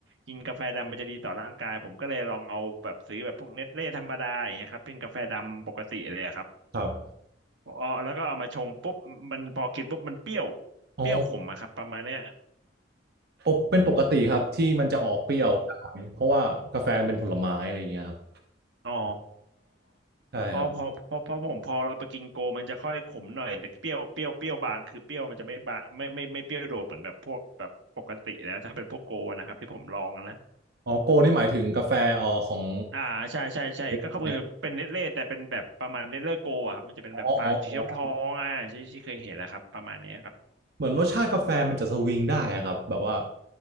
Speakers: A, on the right; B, on the right.
A: กินกาแฟดำมันจะดีต่อร่างกายผมก็เลยลองเอาแบบซื้อแบบพวกเนสเล่ธรรมดาอย่างเงี้ยครับเป็นกาแฟดำปกติเลยครับ
B: ครับ
A: อ๋อแล้วก็เอามาชงปุ๊บมันพอกินปุ๊บมันเปรี้ยว
B: อ๋อ
A: เปรี้ยวขมอะครับประมาณเนี้ย
B: ปกเป็นปกติครับที่มันจะออกเปรี้ยวได้เพราะว่ากาแฟเป็นผลไม้อะไรอย่างเงี้ยครับ
A: อ๋อ
B: ใช่ครับ
A: พอพอพอพอผมพอเราไปกินโกมันจะค่อยขมหน่อยแต่เปรี้ยวเปรี้ยวเปรี้ยวบางคือเปรี้ยวมันจะไม่บางไม่ไม่ไม่เปรี้ยวโดดเหมือนแบบพวกแบบปกติแล้วถ้าเป็นพวกโกนะครับที่ผมลองนะ
B: อ๋อโกนี่หมายถึงกาแฟอ๋อของ
A: อ่าใช่ใช่ใช่ก็คือเป็นเนสเล่แต่เป็นแบบประมาณเนตเล่โกอะครับมันจะเป็นแบบฝาสีทองทองอ่ะที่ที่เคยเห็นนะครับประมาณนี้ครับ
B: ใน อ๋ออ๋ออ๋อเหมือนรสชาติกาแฟมันจะสวิงได้อะครับแบบว่า